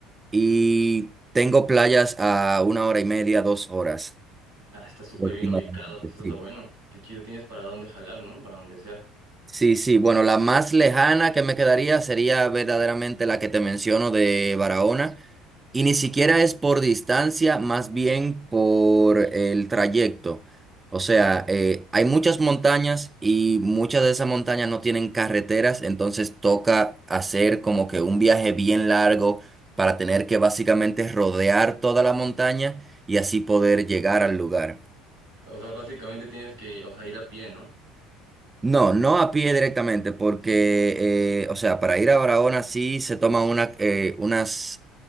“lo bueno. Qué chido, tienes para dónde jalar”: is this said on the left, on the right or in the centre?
Right